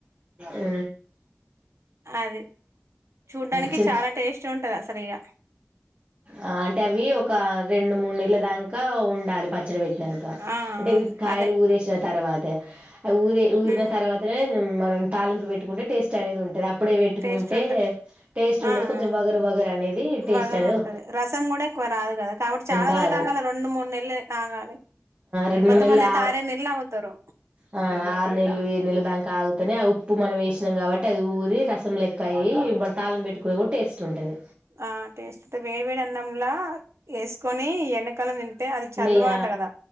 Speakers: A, on the right (about 40°); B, on the right (about 75°).
A: ఊ
B: అది చూడ్డానికి
A: చి
B: చాలా టేస్ట్ గ ఉంటది అసలు ఇగ
A: ఆ అంటే అవి ఒక రెండు మూడు నెలల దాకా ఉండాలి పచ్చడి పెట్టి ంక
B: ఆ
A: అంటే కాయలు
B: అదే
A: ఊరేసిన తర్వాతే ఆ ఊరిే ఊరిన
B: ఉమ్
A: తర్వాతనే మనం తాలింపు పెట్టుకుంటే టేట్ అనేది ఉంటుది అప్పుడే పెట్టుకుంటే
B: టేస్ట్ ఉంటది
A: టేస్ట్
B: ఆ
A: ఉండదు కొంచెం
B: ఆ
A: వగరు వగరు అనేది టేస్ట్
B: వగరు
A: అనేది
B: ఉంటది రసం కూడా ఎక్కువ రాదు కదా కాకుంటే చాలా
A: రాదు
B: రోజులు ఆగాలి రెండు మూడు నెల్లె ఆగాలి
A: రెండు
B: కొంతమంది
A: మూడు నెలలు
B: అయితే ఆరేడు నెల్లు ఆగుతారు
A: ఆ ఆరు నెలలు ఏడు నెలలు దాకా ఆగుతనే ఆ ఉప్పు మనం వేసినం కాబట్టి అది ఊరి రసం లెక్కయి తాలింపు పెట్టుకునే కూడా టేస్ట్ ఉంటది
B: ఆ టేస్ట్ వేడి వేడి అన్నంలా వేసుకొని ఎంకాలం తిన్ టే అది చలవా
A: నెయ్య
B: అట కదా